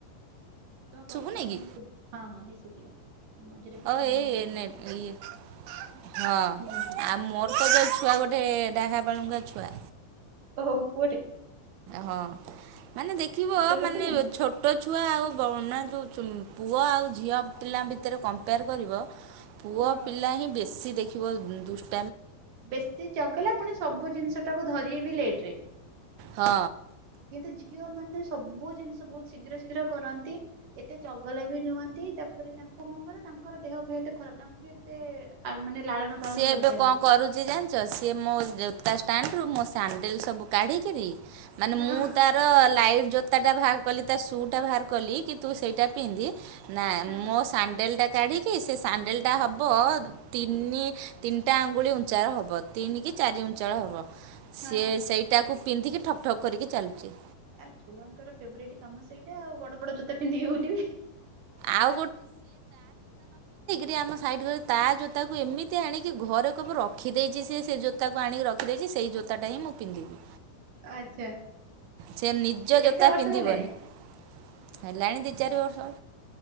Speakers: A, on the right (about 60°); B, on the right (about 80°).
A: ତମ କଥା
B: ଶୁଭୁନି
A: ମାନେ
B: କି
A: ଶୁ ହଁ ହଁ ହେଇ ଶୁଭିଲା। ମଝିରେ କିଛି
B: ଅଉ
A: ସମୟ
B: ଏଇ
A: ଶୁଭୁନଥିଲା
B: ନେଟ ଇଏ। ହଁ
A: ହୁଁ ହୁଁ।
B: ଆଉ ମୋର ତ ଯୋଉ ଛୁଆ ଗୋଟେ ଡାହା ବାଳୁଙ୍ଗା ଛୁଆ।
A: ଓହୋ ହୋ।
B: ହଁ ମାନେ ଦେଖିବ
A: କେତେ ବର୍ଷ
B: ମାନେ
A: ହେଲାଣି
B: ଛୋଟ ଛୁଆ ଆଉ ବ ନା ଦଉଚୁନ ପୁଅ ଆଉ ଝିଅ ପିଲାଙ୍କ ଭିତରେ କମ୍ପେୟାର କରିବ ପୁଅ
A: ହଁ।
B: ପିଲା ହିଁ ବେଶୀ ଦେଖିବ ଦୁଷ
A: ବେଶୀ ଚଗଲା ପୁଣି ସବୁ ଜିନିଷ ଟାକୁ ଧରିବେ ବି ଲେଟ ରେ।
B: ହଁ।
A: କିନ୍ତୁ ଝିଅମାନେ ସବୁ ଜିନଷ ବହୁତ ଶୀଘ୍ର ଶୀଘ୍ର କରନ୍ତି। ଏତେ ଚଗଲା ବି ନୁହଁନ୍ତି। ତାପରେ ତାଙ୍କୁ କଣ କର ତାଙ୍କର ଦେହ ଫେୟ ଏତେ ଖରାପ ତାଙ୍କୁ ବି ଏତେ ଆ ମାନେ ଲାଳନ ପାଳନ
B: ସିଏ ଏବେ
A: ଦରକାର
B: କଣ
A: ନାହିଁ।
B: କରୁଚି ଜାଣିଚ ସିଏ ମୋ ଜୋ ତା ଷ୍ଟାଣ୍ଡରୁ ମୋ ସାଣ୍ଡେଲ ସବୁ କାଢିକରି ମାନେ
A: ହଁ
B: ମୁଁ ତାର ଲାଇଟ ଜୋ ତାଟା ବାହାର କଲି ତା ଶୁ ଟା ବାହାର କଲି କି ତୁ ସେଇଟା ପିନ୍ଧି, ନା
A: ହଁ
B: ମୋ ସାଣ୍ଡେଲ ଟା କାଢିକି ସେ ସାଣ୍ଡେଲ ଟା ହବ ତିନି ତିନଟା ଆଙ୍ଗୁଳି ଉଞ୍ଚାର ହବ ତିନି କି ଚାରି ଉଞ୍ଚାର ହବ,
A: ହଁ
B: ସିଏ ସେଇଟାକୁ ପିନ୍ଧିକି ଠକ୍ ଠକ୍ କରିକି ଚାଲୁଚି।
A: ଆ ଛୁଆଙ୍କର ଫେବରାଇଟ୍ କାମ ସେଇଟା ଆଉ ବଡ ବଡ ଜୋତା ପିନ୍ଧିକି ବୁଲିବି।
B: ଆଉ ବି ଆମ ସାଇଡ ଘରେ ତା ଜୋତାକୁ ଏମିତି ଆଣିକି ଘରେ କେବେ ରଖିଦେଇଚି ସିଏ ସେ ଜୋତାକୁ ଆଣିକି ରଖିଦେଇଚି ସେଇ ଜୋତାଟା ହିଁ ମୁଁ ପିନ୍ଧିବି।
A: ଆଚ୍ଛା।
B: ସେ ନିଜ
A: କେତେ
B: ଜୋତା
A: ବର୍ଷର
B: ପିନ୍ଧିବନି।
A: ହେଲେଣି?
B: ହେଲାଣି ଦି ଚାର ବର୍ଷ